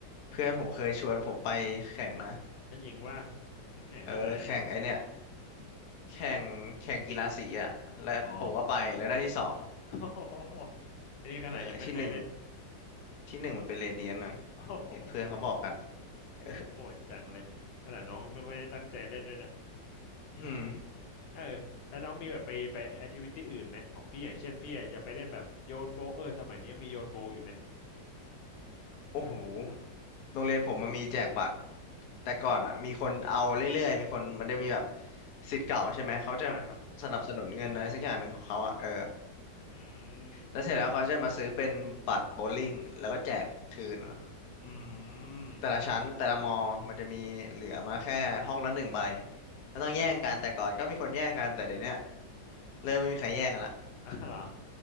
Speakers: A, on the left (about 65°); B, on the left (about 80°).
A: เพื่อนผมเคยชวนผมไปแข่งนะ
B: นั่นจริงว่าแข่งที่ไหน
A: เออแข่งไอเนี่ยแข่งแข่งกีฬาสีอ่ะและผมก็ไปแล้วได้ที่สอง
B: อ๋อ <laughs> อันนี้ขนาดยังไม่เคยเล่น
A: เออที่หนึ่งที่หนึ่งมันเป็นเรเดียนนะ
B: <laughs> โอ้โห
A: เห็นเพื่อนเขาบอกกันเออ
B: โหดจังเลยขนาดน้องไม่ค่อยได้ตั้งใจเล่นด้วยนะ
A: อืม
B: เออ แล้วน้องมีแบบไปไปแอคทิวิตี้อื่นไหมของพี่อย่างเช่นพี่อาจจะไปเล่นแบบโยนโบว์เออสมัยนี้ยังมีโยนโบว์อยู่ไหม
A: โอ้โหโรงเรียนผมมันมีแจกบัตรแต่ก่อนอ่ะมีคนเอาเรื่อยๆมีคนมันจะมีแบบ
B: อ่าวเหรอ
A: ศิษย์เก่าใช่ไหมเขาจะ
B: อ่าครับ
A: สนับสนุนเงินอะไรสักอย่างหนึ่งของเขาอ่ะเออ
B: อืม
A: แล้วเสร็จแล้วเขาจะมาซื้อเป็นบัตรโบว์ลิ่งแล้วก็แจกคืน
B: อ่าอืม
A: แต่ละชั้นแต่ละมอมันจะมีเหลือมาแค่ห้องละหนึ่งใบก็ต้องแย่งกันแต่ก่อนก็มีคนแย่งกันแต่เดี๋ยวเนี้ย
B: เนี่ย <laughs>
A: เริ่มไม่มีใครแย่งกันละ
B: อ่าวเหรอ